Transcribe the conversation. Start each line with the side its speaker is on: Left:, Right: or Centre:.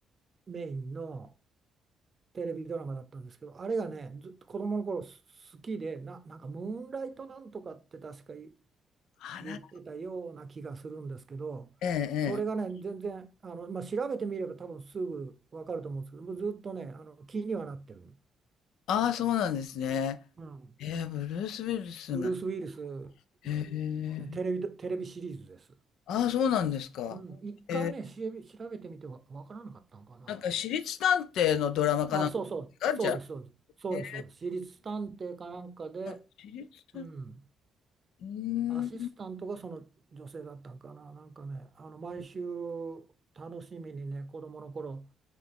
Right: う、メインのテレビドラマだったんですけど、あれがね、ずっと子供の頃す好きで、な、なんかムーンライトなんとかって確かい
Left: あ、
Right: 言ってたような気がするんですけど、
Left: なんかええ
Right: それがね、
Left: ええ。
Right: 全然、あの、まあ、調べてみれば多分すぐわかると思うんですけど、もうずっとね、あの、気にはなってる。
Left: ああ、そうなんですね。
Right: うん。
Left: ええ、ブルース・ウィルスが
Right: ブルース・ウィリス
Left: へえ。
Right: の、ね、テレビ、テレビシリーズです。
Left: ああ、そうなんですか。
Right: うん、一回ね、
Left: ええ、
Right: 調べ調べてみてわ、わからなかったのかな。
Left: なんか私立探偵のドラマかなんかですか、
Right: あ、そうそう、そうです、
Left: じゃあ。
Right: そうです、そうです、
Left: へえ、
Right: そうです。私立探偵かなんかで、
Left: なんか私立探偵
Right: うん、
Left: うーん。
Right: アシスタントがその女性だったんかな、なんかね、あの毎週楽しみにね、子供の頃